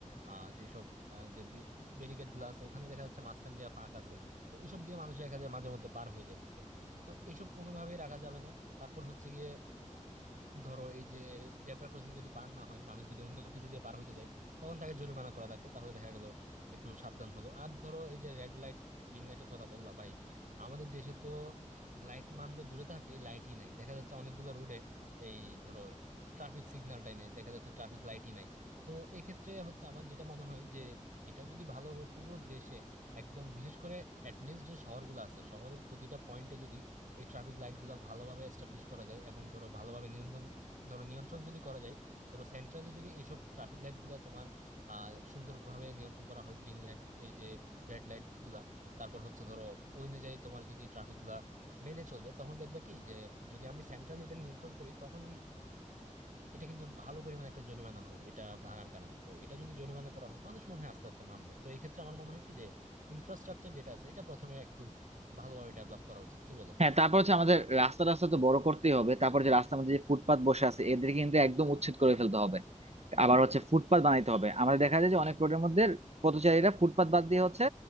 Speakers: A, on the right; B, on the right.
A: আহ যেসব আহ, যে ব্যারিকেড গুলো আছে ওখানে দেখা যাচ্ছে মাঝখান দিয়ে ফাঁক আছে তো এসব দিয়ে মানুষ দেখা যায় মাঝে মধ্যে পার হয়ে যাইতেছে তো এসব কোনোভাবেই রাখা যাবে না তারপর হচ্ছে গিয়ে ধরো এই যে জেব্রা ক্রসিং যদি পার না হয় মানুষ যদি অন্য কিছু দিয়ে পার হইতে যায় তখন তাকে জরিমানা করা লাগবে তাহলে দেখা গেল একটু সাবধান হলো আর ধরো এই যে রেড লাইট গ্রিন লাইটের কথা বললাম ভাই আমাদের দেশে তো লাইট মানবে দূরে থাকে এই লাইটই নাই দেখা যাচ্ছে অনেকগুলা রোডে এই ধরো ট্রাফিক সিগন্যালটাই নাই দেখা যাচ্ছে ট্রাফিক লাইটই নাই তো এক্ষেত্রে হচ্ছে আমার যেটা মনে হয় যে এটা যদি ভালোভাবে পুরো দেশে একদম বিশেষ করে অ্যাটলিস্ট যে শহরগুলো আছে শহরের প্রতিটা পয়েন্টে যদি এই ট্রাফিক লাইট গুলা ভালোভাবে এস্টাবলিশ করা যায় এবং ধরো ভালোভাবে নিয়ন্ত্রণ ধরো নিয়ন্ত্রণ যদি করা যায় ধরো সেন্ট্রালি যদি এইসব ট্রাফিক লাইট গুলা তোমার আহ সুন্দরভাবে নিয়ন্ত্রণ করা হয় গ্রিন লাইট এই যে রেড লাইট গুলা তারপর হচ্ছে ধরো ওই অনুযায়ী তোমার যদি ট্রাফিক গুলা মেনে চলবে তখন দেখবা কি যে যদি আমি সেন্ট্রালি এটা নিয়ন্ত্রণ করি তখন এটা কিন্তু ভালো পরিমাণ একটা জরিমানা হয় এটা ভাঙার কারণে তো এটা যদি জরিমানা করা হয় মানুষ মনে হয় আস্তে আস্তে মানবে তো এই ক্ষেত্রে আমার মনে হয় কি যে ইনফ্রাস্ট্রাকচার যেটা আছে এটা প্রথমে একটু ভালোভাবে ডেভেলপ করা উচিত কি বলো
B: হ্যাঁ তারপর হচ্ছে আমাদের রাস্তা রাস্তা তো বড় করতেই হবে তারপর যে রাস্তার মধ্যে যে ফুটপাত বসে আছে এদের কিন্তু একদম উচ্ছেদ করে ফেলতে হবে আবার হচ্ছে ফুটপাত বানাইতে হবে আমাদের দেখা যায় যে অনেক রোডের মধ্যে পথচারীরা ফুটপাত বাদ দিয়ে হচ্ছে